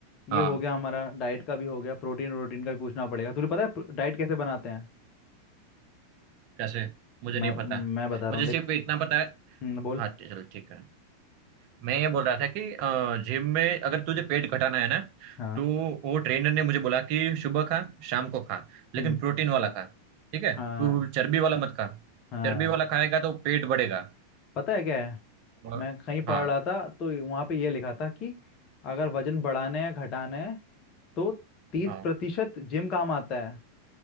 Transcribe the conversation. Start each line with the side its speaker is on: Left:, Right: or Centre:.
Left: ये
Right: हाँ
Left: हो गया हमारा डाइट का भी हो गया प्रोटीन प्रोटीन का भी पूछना पड़ेगा तुझे पता है डाइट कैसे बनाते हैं
Right: कैसे मुझे
Left: मैं
Right: नहीं पता
Left: मैं बता रहा
Right: मुझे
Left: हूँ देख
Right: सिर्फ इतना पता है
Left: हम्म, बोल
Right: हाँ चलो ठीक है मैं ये बोल रहा था कि जिम में अगर तुझे पेट घटाना है ना
Left: हाँ
Right: तो वो ट्रेनर ने मुझे बोला कि सुबह खा शाम को खा लेकिन
Left: हम्म
Right: प्रोटीन वाला खा ठीक है
Left: हाँ
Right: तू चर्बी वाला मत खा
Left: हाँ
Right: चर्बी वाला खाएगा तो पेट बढ़ेगा
Left: पता है क्या है
Right: और
Left: मैं कहीं पढ़
Right: हाँ
Left: रहा था तो वहां पे ये लिखा था कि अगर वजन बढ़ाना है घटाना है तो तीस
Right: हाँ
Left: प्रतिशत जिम काम आता है